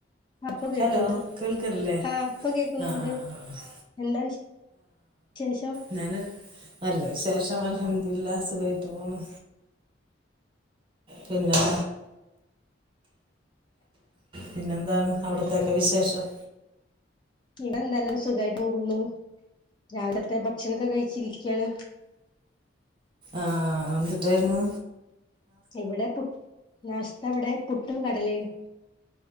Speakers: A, on the left (about 25°); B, on the right (about 30°).
A: അപ്പൊ കേൾക്കണ്ട്
B: ഹെലോ കേൾക്ക്ൺല്ലേ
A: ആ ഇപ്പൊ കേൾക്കുന്നുണ്ട്
B: ആഹ് ആഹ് ആഹ്
A: എന്താ വിശെ ശേഷം
B: ഞാന് നല്ല വിശേഷം അൽഹംദുര്ല്ലാ സുഖായ്ട്ട് പോണ് പിന്നെന്താ പിന്നെന്താണ് അവ്ട്ത്തെയെക്കെ വിശേഷം
A: ഇടെ ന്ത ല്ല സുഖായ്ട്ട് പോകുന്നു രാവിലത്തെ ഭക്ഷണൊക്കെ കഴിച്ചിരിക്ക്യാണ്
B: ആഹ് അന്തുട്ടായ്ര്ന്ന്
A: ഇവിടെ പു നാശ്ത്തവ്ടെ പുട്ടും കടലെയും